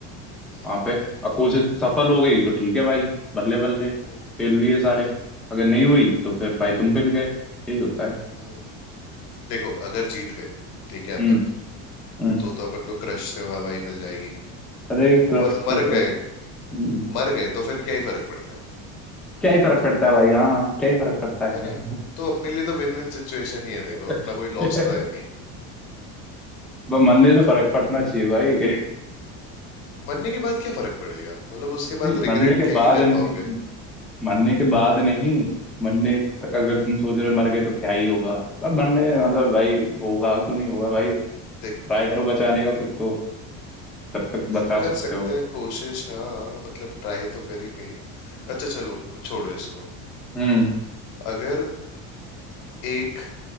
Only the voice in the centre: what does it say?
वहां पे
और कोशिश सफल हो गई तो ठीक है भाई बल्ले बल्ले
पेल लिए सारे
अगर नहीं हुई तो फिर भाई तुम पेल गए यही होता है
हम्म हम्म
अरे क्रश
तो फिर
हम्म,
क्या ही फर्क पड़ता है भाई हाँ क्या ही फर्क पड़ता
है
<laughs>
ब- मरने से
फर्क पड़ना चाहिए भाई
नहीं
मरने
के
बाद
नहीं
मरने के बाद नहीं मरने तक अगर तुम सोच रहे हो मर गए तो क्या ही होगा पर मरने मतलब भाई होगा क्यों नहीं होगा भाई
ट्राई करो बचाने का खुद को जब तक
बचा
सकते
हो
हम्म